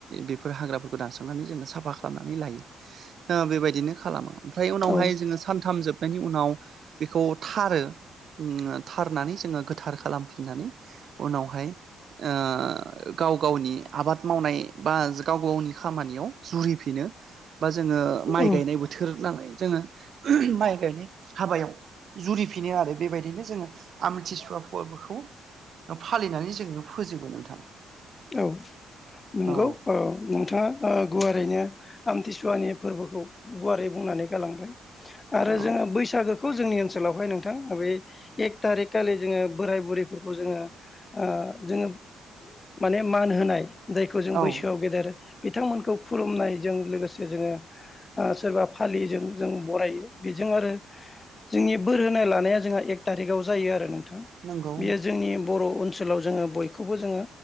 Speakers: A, on the right (about 55°); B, on the left (about 25°).
A: बेफोर हाग्राफोरखौ दानस्रांनानै जोङो साफा खालामनानै लायो। ओ-बेबायदिनो खालामो ओमफ्राय उनावहाय
B: औ
A: जोङो सानथाम जोब नायनि उनाव बेखौ थारो ओम-थारनानै जोङो गोथार खालामफिननानै उनावहाय ओ-गाव गावनि आबाद मावनाय बा गाव गावनि खामानियाव जुरिफिनो। बा जोङो माइ
B: औ
A: गायनाय बोथोर नालाय जोङो माइ गायनाय हाबायाव। जुरिफिनो आरो बेबायदिनो जोङो आमथिसुवा फोरबोखौ ओ-फालिनानै जोङो। फोजोबो नोंथां।
B: औ नंगौ
A: औ
B: ओ-नोंथाङा ओ-गुवारैनो आमथिसुवानि फोरबोखौ गुवारै बुंनानै गालांबाय। आरो
A: औ
B: जोङो बैसागोखौ जोंनि ओनसोलावहाय नोंथां बेै एक थारिख खालि जोङो बोराय बुरैफोरखौ जोङो ओ-जोङो माने मान होनाय जायखौ जों
A: औ
B: बैसोआव गेदेर बिथांमोनखौ खुलुमनायजों लोगोसे जोङो ओ-सोरबा फालिजों जों बरायो बेजों आरो। जोंनि बोर होनाय लानाया जोंहा एक थारिकाव जायो आरो नोंथां।
A: नंगौ
B: बियो जोंनि बर' ओनसोलाव जोङो बयखौबो जोङो